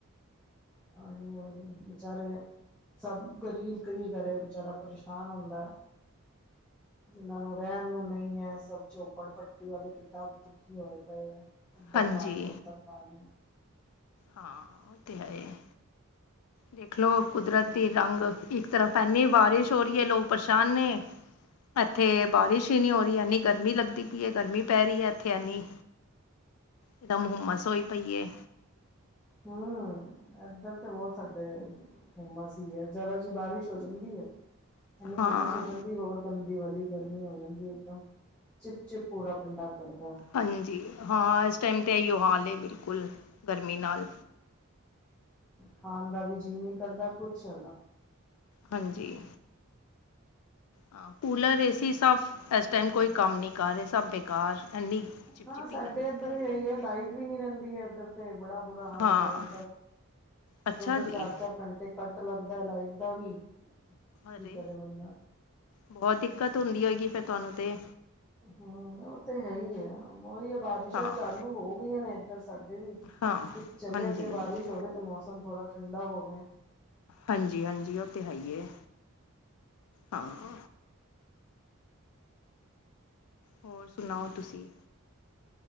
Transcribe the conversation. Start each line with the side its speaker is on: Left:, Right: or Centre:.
Centre: <unintelligible> ਸਭ ਗਰੀਬ ਕੀ ਕਰੇ। ਬੇਚਾਰਾ ਪਰੇਸ਼ਾਨ ਹੁੰਦਾ। ਜਿਨਾਂ ਨੂੰ ਰਹਿਣ ਨੂੰ ਨਹੀਂ ਹੈ। ਸਭ ਚੋਪੜ ਪੱਟੀ ਵਾਲੇ ਕਿੱਦਾਂ ਦੁਖੀ ਹੋਏ ਪਏ ਹੈ। ਇਧਰ
Left: ਹਾਂਜੀ
Centre: ਪਾਣੀ, ਉੱਧਰ ਪਾਣੀ।
Left: ਹਾਂ, ਉਹ ਤੇ ਹੈ। ਦੇਖਲਓ, ਕੁਦਰਤ ਦੀ ਰੰਗ ਇੱਕ ਤਰਫ ਐਨੀ ਬਾਰਿਸ਼ ਹੋ ਰਹੀ ਹੈ। ਲੋਕ ਪਰੇਸ਼ਾਨ ਨੇ ਇੱਥੇ ਬਾਰਿਸ਼ ਹੀ ਨਹੀਂ ਹੋ ਰਹੀ। ਐੰਨੀ ਗਰਮੀ ਲੱਗਦੀ ਪਈ ਹੈ। ਗਰਮੀ ਪੈ ਰਹੀ ਹੈ। ਇੱਥੇ ਐੰਨੀ ਇਕ ਦਮ ਹੁੰਮਸ ਹੋਈ ਪਈਏ।
Centre: ਹੂ, ਇੱਧਰ ਤੇ ਬਹੁਤ ਸਾਡੇ ਹੈ। ਹੁਮਸ ਹੀ ਹੈ। ਜ਼ਿਆਦਾ ਜਿ ਬਾਰਿਸ਼ ਹੋ ਜਾਂਦੀ ਹੈ। ਇਨੀ
Left: ਹਾਂ
Centre: ਹੁਮਸ ਹੋ ਜਾਂਦ‌ੀ। ਹੋਰ ਗੰਦੀ ਵਾਲੀ ਗਰਮੀ ਹੋ ਜਾਂਦੀ। ਇਕਦਮ ਚਿਪ-ਚਿਪ ਪੂਰਾ ਪਿੰਡਾ ਕੱਟਦਾ।
Left: ਹਾਂਜੀ, ਹਾਂ। ਇਸ ਟਾਈਮ ਤੇ ਇਓ ਹਾਲ ਬਿਲਕੁਲ, ਗਰਮੀ ਨਾਲ
Centre: ਖਾਣ ਦਾ ਵੀ ਜੀਅ ਨੀ ਕਰਦਾ ਕੁਛ, <inaudible>
Left: ਹਾਂਜੀ ਹਾਂ, ਕੂਲਰ ਏ ਸੀ ਸਭ ਇਸ ਟਾਈਮ ਕੋਈ ਕੰਮ ਨਹੀਂ ਕਰ ਰਹੇ। ਸਭ ਬੇਕਾਰ ਇੰਨੀ ਚਿਪਚਿਪੀ
Centre: ਹਾਂ, ਸਾਡੇ
Left: ਗਰਮੀ
Centre: ਇੱਧਰ
Left: ਪੈ
Centre: ਵੀ
Left: ਰਹੀ
Centre: ਆਹੀ
Left: ਇੱਥੇ
Centre: ਹੈ। ਲਾਈਟ ਵੀ ਨੀ ਰਹਿੰਦੀ ਹੈ। ਏਧਰ ਤੇ ਬੜਾ ਬੁਰਾ ਹਾਲ
Left: ਹਾਂ
Centre: ਲਾਈਟ
Left: ਅੱਛਾ
Centre: ਦੋ-ਦੋ,
Left: ਜੀ
Centre: ਚਾਰ-ਚਾਰ ਘੰਟੇ ਕੱਟ ਲੱਗਦਾ ਹੈ। ਲਾਈਟ ਦਾ ਵੀ
Left: ਅਰੇ,
Centre: ਕੀ ਕਰੇ ਬੰਦਾ।
Left: ਬਹੁਤ ਦਿੱਕਤ ਹੁੰਦੀ ਹੋਏਗੀ। ਫੇਰ ਤੁਹਾਨੂੰ ਤੇ?
Centre: ਹਾਂ, ਉਹ ਤੇ ਹੈ ਹੀ ਆ। ਉਹੀ ਆ ਬਾਦ ਬਾਰਿਸ਼ਾਂ
Left: ਹਾਂ
Centre: ਚਾਲੂ ਹੋ ਗਈਆਂ ਨੇ। ਇੱਧਰ ਸਾਡੇ ਵੀ
Left: ਹਾਂ
Centre: ਕੁੱਛ ਚੱਲੇ
Left: ਹਾਂਜੀ
Centre: ਤੇ
Left: ਹਾਂਜੀ
Centre: ਬਾਰਿਸ਼ ਹੋਵੇ। ਅਤੇ ਮੌਸਮ ਥੋੜ੍ਹਾ ਠੰਡਾ ਹੋਵੇ।
Left: ਹਾਂਜੀ-ਹਾਂਜੀ, ਉਹ ਤੇ ਹੈ। ਹੀ ਏ ਹਾਂ। ਹੋਰ ਸੁਣਾਓ, ਤੁਸੀਂ?